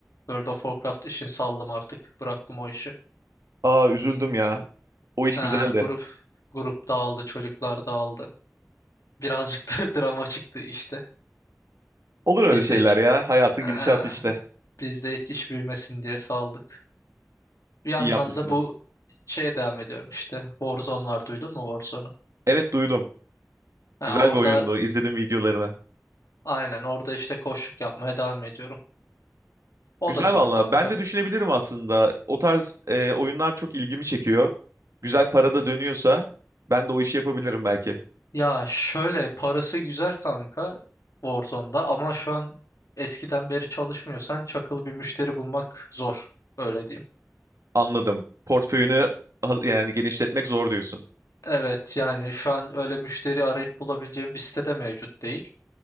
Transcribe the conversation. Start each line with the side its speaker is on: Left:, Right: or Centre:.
Left: World of Warcraft işini saldım artık. Bıraktım o işi.
Right: Aa üzüldüm ya. O iş
Left: Ha,
Right: güzeldi.
Left: grup grup dağıldı, çocuklar dağıldı. Birazcık da <laughs> drama çıktı işte.
Right: Olur öyle
Left: Biz
Right: şeyler
Left: de hiç
Right: ya. Hayatın
Left: ha,
Right: gidişatı işte.
Left: biz de hiç iş büyümesin diye saldık. Bir yandan
Right: İyi yapmışsınız.
Left: da bu şeye devam ediyorum işte. Warzone var duydun mu Warzone'u?
Right: Evet duydum.
Left: Ha,
Right: Güzel
Left: orada
Right: bir oyundu. İzledim videolarını.
Left: Aynen orada işte koçluk yapmaya devam ediyorum. O
Right: Güzel
Left: da zor
Right: valla.
Left: kanka.
Right: Ben de düşünebilirim aslında. O tarz e, oyunlar çok ilgimi çekiyor. Güzel para da dönüyorsa ben de o işi yapabilirim belki.
Left: Ya şöyle parası güzel kanka Warzone'da ama şu an eskiden beri çalışmıyorsan çakıl bir müşteri bulmak zor. Öyle diyeyim.
Right: Anladım. Portföyünü ha- yani genişletmek zor diyorsun.
Left: Evet yani şu an öyle müşteri arayıp bulabileceğim bir sitede mevcut değil.